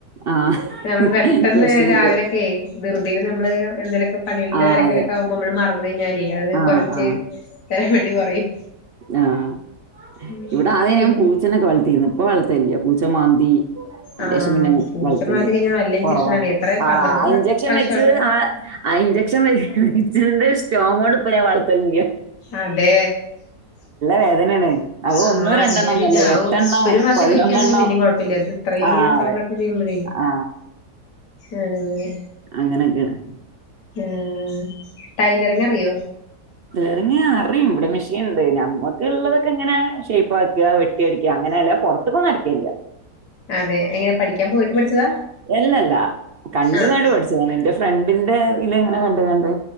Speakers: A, on the right; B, on the left.
A: ആഹ്
B: നമ്മള് പെട്ടെന്ന്
A: വെശ്ന്നിട്ട്
B: രാവിലെ ക്കേ ധൃതീല് നമ്മള് എന്തേലൊക്കെ പണികൾടെ
A: ആഹ്
B: തെരക്കിലൊക്കാവുമ്പം
A: അതെ
B: നമ്മള് മറന്നഴിഞ്ഞാലേ അത്
A: ആഹ്
B: കൊറച്ച്
A: ആഹ്
B: തരാൻ വേണ്ടി പറയും.
A: ആഹ്
B: ഉം.
A: ഇവിടെ ആദ്യ
B: പിന്നെ
A: ഞാൻ പൂച്ചനൊക്കെ വളർത്തീര്ന്നു. ഇപ്പൊ വളർത്തല്ല. പൂച്ച മാന്തി അയ്ൻ്റേഷം
B: ആഹ്
A: പിന്നെ
B: പൂച്ച
A: വൾത്തൽല്ല.
B: മാന്തി കഴിഞ്ഞാ നല്ല ഇഞ്ചക്ഷനാണ്
A: കൊറവാ
B: എത്ര
A: ആ
B: പന്ത്രണ്ട്
A: ഇഞ്ചക്ഷൻ
B: പ്രാവശ്യാട്ടെ
A: വെച്ച് ആ ആ ഇഞ്ചെക്ഷൻ വ ച്ന്റെ സ്റ്റോങ്ങോട് ഇപ്പ ഞാൻ വളർത്തേല്ല്യ.
B: അതെ
A: വേദനയാണ് അത്
B: ആഹ്
A: ഒന്നോ
B: അല്ലേ
A: രണ്ടെണ്ണം ഒന്നല്ല
B: പിന്നെ ആഹു
A: എട്ടെണ്ണം
B: ഒരു പ്രാവശ്യൊക്കെ
A: പതിനൊന്നെണ്ണം
B: വെക്ക്യാണെങ്കി പിന്നിം കൊഴപ്പല്ല്യ. ഇത് അത്രയും
A: ആ
B: തവണൊക്കെ
A: അതെ
B: ചെയ്യുമ്പഴേ
A: ആ
B: അങ്ങനെ.
A: അങ്ങനൊക്കേണ്.
B: ഏഹ്. ടൈലറിങറിയോ?
A: എറങ്ങ്യ അറിം ഇവടെ മിഷീൻ ഇണ്ട് ഞമ്മക്ക് ഇള്ളതൊക്കെ ഇങ്ങനെ ഷെയ്പാക്ക കുട്ട അടിക്ക അങ്ങനെയല്ല പൊറത്ത്കൊന്നു അടിക്കലില്ല
B: അതെ എങ്ങനെ പഠിക്കാൻ പോയിട്ട് പഠിച്ചതാ
A: എല്ലല്ല കണ്ട്
B: ആഹ്
A: ങാണ്ട് പഠി ചാണ് എന്റെ ഫ്രണ്ടിന്റെ ഇതില ഇങ്ങനെ കണ്ട് ങാണ്ട്